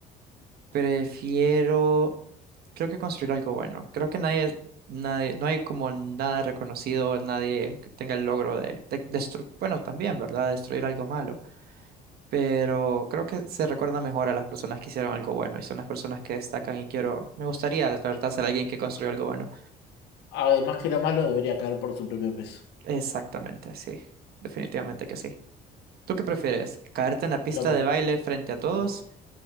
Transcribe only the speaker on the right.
Prefiero. Creo que construir algo bueno. Creo que nadie, nadie, no hay como nada reconocido, nadie que tenga el logro de, de destru- bueno, también, ¿verdad? Destruir algo malo. Pero creo que se recuerda mejor a las personas que hicieron algo bueno y son las personas que destacan y quiero, me gustaría,
la verdad, ser alguien que construyó algo bueno.
Exactamente, sí. Definitivamente que sí. ¿Tú qué prefieres?
¿Caerte en la pista
de baile frente a todos?